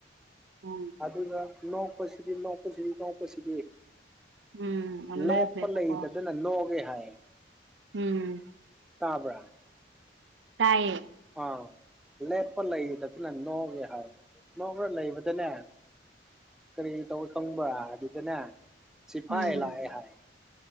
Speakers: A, on the right (about 80°); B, in the centre.
A: ꯎꯝ
B: ꯑꯗꯨꯒ ꯅꯣꯛꯄꯁꯤꯗꯤ ꯅꯣꯛꯄꯁꯤꯗꯤ ꯅꯣꯛꯄꯁꯤꯗꯤ
A: ꯎꯝ ꯌꯥꯝ
B: ꯂꯦꯞꯄ
A: ꯅꯣꯛꯈ꯭ꯔꯦꯕꯀꯣ
B: ꯂꯩꯗꯗꯅ ꯂꯣꯛꯒꯦ ꯍꯥꯏ
A: ꯎꯝ
B: ꯇꯥꯕ꯭ꯔꯥ
A: ꯇꯥꯏꯌꯦ
B: ꯑꯥꯎ ꯂꯦꯞꯄ ꯂꯩꯗꯗꯅ ꯅꯣꯡꯉꯦ ꯍꯥꯏ ꯅꯣꯡꯔ ꯂꯩꯕꯗꯅꯦ ꯀꯔꯤ ꯇꯧ ꯈꯪꯕ꯭ꯔ ꯑꯗꯨꯗꯅꯦ ꯁꯤꯐꯥꯏ
A: ꯎꯝ
B: ꯂꯥꯛꯑꯦ ꯍꯥꯏ